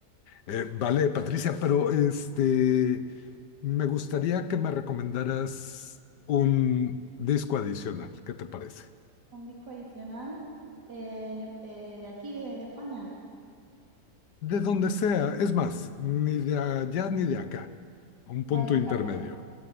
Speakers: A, on the left (about 80°); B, on the right (about 80°).
A: Eh, vale, Patricia, pero este, me gustaría que me recomendaras un disco adicional, ¿qué te parece?
B: Un disco adicional eh, en e- eh, de aquí, de, de España.
A: De donde sea, es más, ni de allá ni de acá, un punto
B: Vale, Sí. venga.
A: intermedio.